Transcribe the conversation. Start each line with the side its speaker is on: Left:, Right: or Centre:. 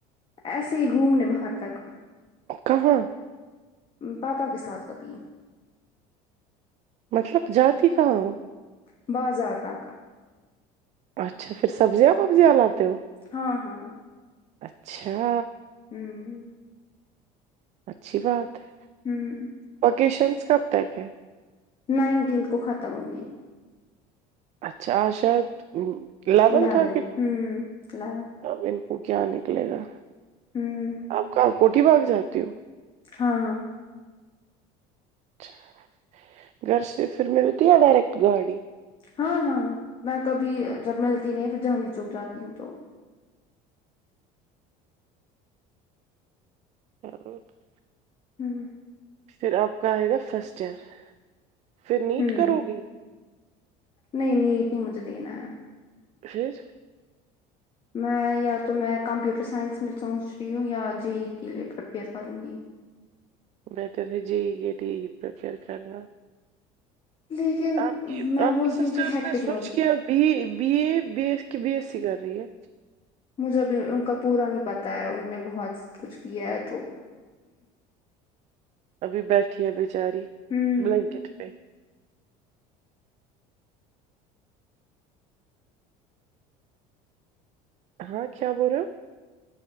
Left: ایسے ہی گھومنے وہاں تک
Right: کہاں
Left: پاپا کے ساتھ کبھی
Right: مطلب جاتی کہاں ہو
Left: بازار تک
Right: اچھا پھر سبزیاں پبزیاں لاتے ہو
Left: ہاں ہاں
Right: اچھا
Left: ہوں
Right: اچھی بات ہے
Left: ہوں
Right: اوکیشنس کب تک ہے
Left: نائنٹینتھ کو ختم ہوگی
Right: اچھا آج شاید الیون
Left: لیون
Right: تھا کہ
Left: ہم لیون
Right: اب ان کو کیا نکلے گا
Left: ہوں
Right: آپ کہاں کوٹھی باغ جاتی ہو
Left: ہاں
Right: اچھا گھر سے پھر ملتی ہیں ڈائریکٹ گاڑی
Left: ہاں ہاں میں کبھی جب ملتی نہیں پھر جہانگیر چوک جاتی ہوں تو
Right: <inaudible>
Left: ہوں
Right: پھر آپ کا آئے گا فرسٹ ایئر پھر نیٹ
Left: ہوں
Right: کرو گی
Left: نہیں نہیں مجھے دینا ہے
Right: پھر
Left: میں یا تو میں کمپیوٹر سائنس میں سوچ رہی ہوں یا جے ای کے لیے پریپیئر کروں گی
Right: بٹر ہے جی اے ہی پرفر کرنا
Left: لیکن
Right: آپ کی
Left: میں
Right: آپ
Left: بولتی
Right: کی سسٹرس
Left: ہوں کہ ہیکٹک
Right: نے سوچ
Left: نہ ہو جائے
Right: کیا B B A B S کی بی ایس سی کر رہی ہے
Left: مجھے اب ان کا پورا نہیں پتہ ہے ان نے بہت کچھ کیا ہے تو
Right: ابھی بیٹھی ہے بیچاری
Left: ہوں
Right: بلینکٹ پہ ہاں کیا بول رہے ہو